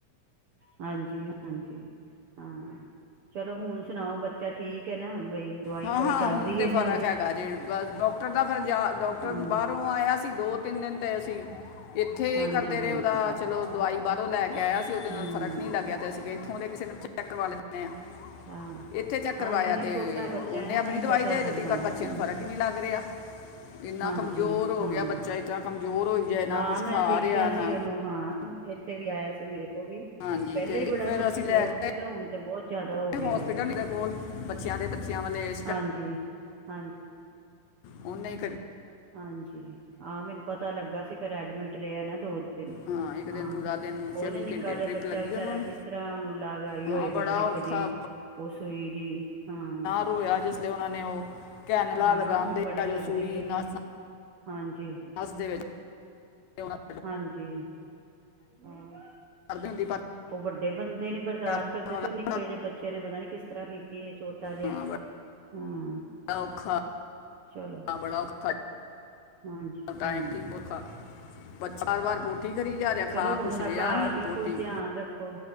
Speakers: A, on the right; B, on the left.
A: ਹਾਂਜੀ -ਹਾਂਜੀ ਹਾਂ, ਚਲੋ ਹੁਣ ਸੁਣਾਓ ਬੱਚਾ ਠੀਕ ਹੈ ਨਾ ਬਈ ਦਵਾਈ
B: ਹਾਂ-
A: ਸ਼ਵਾਈ
B: ਹਾਂ
A: ਚੱਲ
B: ਹੁਣ
A: ਰਹੀ
B: ਤੇ
A: ਹੈ ਜਾਂ
B: ਫ਼ਰਕ ਹੈਗਾ ਜੇ ਬਸ ਡਾਕਟਰ ਦਾ, ਫਿਰ ਡਾਕਟਰ
A: ਹਾਂਜੀ
B: ਬਾਹਰੋਂ ਆਇਆ ਸੀ ਦੋ ਤਿੰਨ ਦਿਨ ਤੇ ਅਸੀਂ ਇੱਥੇ
A: ਹਾਂਜੀ
B: ਕਰਦੇ ਰਹੇ
A: ਹਾਂਜੀ
B: ਉਹਦਾ ਚਲੋ ਦਵਾਈ ਬਾਹਰੋਂ ਲੈ ਕੇ ਆਇਆ ਸੀ ਉਹਦੇ
A: ਹਮ
B: ਨਾਲ ਫਰਕ ਨਹੀਂ ਲੱਗਿਆ ਤੇ ਅ ਸੀ ਇੱਥੋਂ ਦੇ ਕਿਸੇ ਨੂੰ ਚੈੱਕ ਕਰਵਾ ਲੈਂਦੇ ਆ,
A: ਹਾਂ
B: ਇੱਥੇ ਚੈੱਕ ਕਰਵਾਇਆ
A: ਹਾਂ ਨਹੀਂ ਨਹੀਂ
B: ਤੇ
A: ਛੋਟਾ ਬੱਚਾ
B: ਉਹਨੇ
A: ਹੈ ਨਾ
B: ਆਪਣੀ
A: ਨਹੀਂ
B: ਦਵਾਈ
A: ਪਤਾ
B: ਦੇ
A: ਲੱਗਦਾ
B: ਦਿੱਤੀ ਪਰ ਬੱਚੇ
A: ਹੂੰ,
B: ਨੂੰ ਫ਼ਰਕ ਈ ਨਹੀਂ ਲੱਗ ਰਿਹਾ। ਇੰਨਾ
A: ਹਾਂਜੀ
B: ਕਮਜ਼ੋਰ ਹੋ
A: ਹਾਂ
B: ਗਿਆ ਬੱਚਾ, ਏਦਾਂ ਕਮਜ਼ੋਰ ਹੋਈ ਜਾਏ ਨਾ
A: ਹਾਂ
B: ਕੁਛ
A: ਮੈਂ
B: ਖਾ
A: ਦੇਖਿਆ
B: ਰਿਹਾ
A: ਸੀ
B: ਨਾ
A: ਉਹਨੂੰ ਹਾਂ ਇੱਥੇ ਵੀ ਆਇਆ ਸੀ ਮੇਰੇ ਕੋਲ ਵੀ,
B: ਹਾਂਜੀ
A: ਪਹਿਲਾਂ
B: ਤੇ
A: ਹੀ ਬੜਾ
B: ਫਿਰ
A: ਕਮਜ਼ੋਰ
B: ਅਸੀਂ ਲੈ ਕੇ
A: ਸੀ। ਤੇ ਹੁਣ ਤੇ ਬਹੁਤ ਜ਼ਿਆਦਾ ਹੋ ਗਿਆ
B: ਹਸਪੀਟਲ ਦੇ ਕੋਲ ਬੱਚਿਆਂ ਦੇ ਬੱਚਿਆਂ ਵਾਲੇ
A: ਹਾਂਜੀ -ਹਾਂਜੀ। <inaudible>
B: ਉਹ ਨਹੀਂ
A: ਹਾਂਜੀ, ਹਾਂ ਮੈਨੂੰ ਪਤਾ ਲੱਗਾ ਸੀ ਫਿਰ ਐਡਮਿਟ ਰਿਹਾ ਨਾ ਦੋ ਦਿਨ
B: ਹਾਂ ਇੱਕ ਦਿਨ
A: ਹਾਂ,
B: ਪੂਰਾ ਦਿਨ
A: ਉਹ ਹੀ ਨਾ ਨਿੱਕਾ
B: ਘੰਟੇ
A: ਜਿਹਾ
B: ਡ੍ਰਿਪ
A: ਬੱਚਾ
B: ਲੱਗੀ
A: ਵਿਚਾਰਾ
B: ਉਹਨੂੰ
A: ਕਿਸ ਤਰ੍ਹਾਂ ਉਹਨੂੰ ਲਗਾਈ
B: ਹਾਂ
A: ਹੋਏਗੀ
B: ਬੜਾ
A: ਡਰਿੱਪ
B: ਔਖਾ
A: ਹਾਂਜੀ, ਉਹ ਸੂਈ ਜੀ ਹਾਂ।
B: ਰੋਇਆਂ ਜਿਸ ਲਈ ਉਹਨਾਂ ਨੇ ਉਹ ਕੈਨਲਾ
A: ਹਾਂ
B: ਲਗਾਉਂਦੇ
A: ਉਹ ਬੜੀ
B: ਆ
A: ਲੱਗਦੀ
B: ਜੋ ਸੂਈ
A: ਹੈ
B: ਨਾ
A: ਹਾਂਜੀ।
B: ਦੇ ਵਿੱਚ ਕਿ <unintelligible>
A: ਹਾਂਜੀ। ਹਾਂ
B: ਕਰਦੇ ਹੁੰਦੀ ਪਰ
A: ਉਹ ਵੱਡੇ ਬੰਦੇ ਨੀ ਬਰਦਾਸ਼ਤ
B: ਜਿਹੜਾ ਬਣਾਉਣ
A: ਕਰਦੇ ਤੇ
B: ਵਾਲਾ
A: ਉਹ ਨਿੱਕੇ ਜਿਹੇ ਬੱਚੇ ਨੇ ਪਤਾ ਨੀ ਕਿਸ ਕਿੱਦਾਂ ਕੀਤੀ ਐ ਛੋਟਾ ਜਿਹਾ,
B: ਹਾਂ,
A: ਹਮ।
B: ਔਖਾ।
A: ਚਲੋ।
B: ਬੜਾ ਔਖਾ
A: ਹਾਂਜੀ,
B: ਟਾਈਮ
A: ਹਮ।
B: ਕੀ ਔਖਾ ਬੱਚਾ ਬਾਰ ਬਾਰ ਪੋਟੀ ਕਰੀ ਜਾ ਰਿਹਾ
A: ਚਲੋ
B: ਖਾ
A: ਹੁਣ
B: ਕੁਛ
A: ਉਹ ਦਾ
B: ਰਿਹਾ
A: ਘਰ
B: ਨਹੀਂ
A: ਬਿਲਕੁੱਲ
B: ਪੋਟੀ
A: ਧਿਆਨ ਰੱਖੋ।